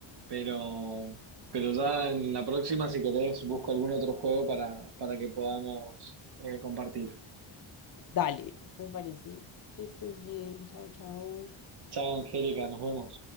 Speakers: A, on the right; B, on the left.
A: pero, pero ya en la próxima, si querés, busco algún otro juego para, para que podamos eh, compartir.
B: Dale, me parece que estés bien, chao, chao.
A: Chao, Angélica, nos vemos.